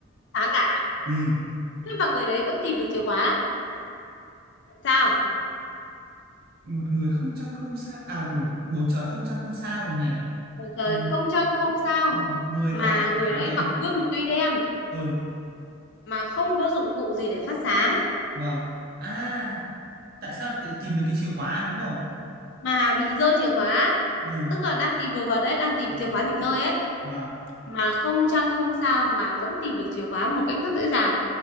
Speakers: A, on the left; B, on the right.
A: sáng cả
B: ừ
A: thế mà người đấy vẫn tìm được chìa khóa tại sao
B: một người không trăng không sao à ừ, bầu trời không trăng không sao ngày
A: Ôi trời
B: ừ.
A: không trăng không sao
B: ừ, người
A: mà
B: ta mặc
A: người
B: áo
A: đấy
B: đen
A: mặc nguyên một cây đen
B: ừ
A: mà không có dụng cụ gì để phát sáng
B: vâng à tại sao lại tìm được cái chìa khóa đúng không
A: mà bị rơi chìa khóa
B: ừ
A: tức là đang tìm đồ vật đấy đang tìm
B: vâng
A: chìa khóa bị rơi ấy
B: vâng
A: mà không trăng không sao mà vẫn tìm được chìa khóa một cách rất dễ dàng